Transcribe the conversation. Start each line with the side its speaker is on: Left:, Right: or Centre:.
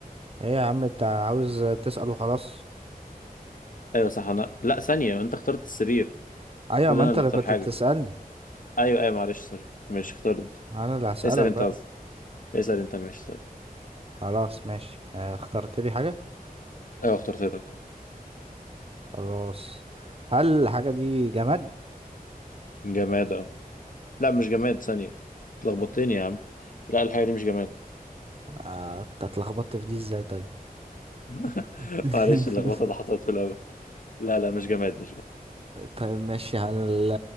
Right: ايه يا عم انت عاوز تسأل وخلاص
Left: أيوة صح أنا لا ثانية أنت اخترت السرير
Right: ايوه
Left: المفروض
Right: ما
Left: أنا
Right: انت
Left: اللي
Right: اللي
Left: أختار
Right: كنت
Left: حاجة
Right: بتسألني
Left: أيوة أيوة معلش سوري ماشي اختار أنت
Right: انا اللي هسألك
Left: اسأل أنت
Right: بقى
Left: قصدي اسأل أنت ماشي طيب
Right: خلاص ماشي آه، اخترت لي حاجة
Left: أيوة اخترت لك
Right: خلاص هل الحاجة دي جماد
Left: جماد أه لا مش جماد ثانية اتلخبطتني يا عم لا الحاجة دي مش جماد
Right: آه، أنت اتلخبطت في دي ازاي طيب
Left: <laughs>
Right: <laughs>
Left: معلش اللخبطة اللي حصلت في الأول لا لا مش جماد مش جماد
Right: طيب ماشي هل ال-